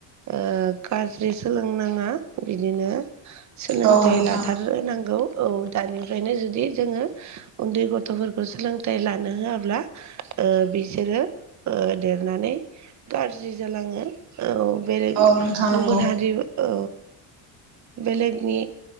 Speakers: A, on the right; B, on the right.
A: ओ गाज्रि सोलोंनाङा बिदिनो सोलोंथाइ
B: औ नोंथां
A: लाथार नांगौ औ दानिफ्रायनो जुदि जोङो उन्दै गथ'फोरखौ सोलोंथाइ लानो होआब्ला ओ बिसोरो ओ देरनानै गाज्रि जालाङो औ बेलग
B: औ नोंथां नंगौ
A: गुबुन हारि औ बेलेगनि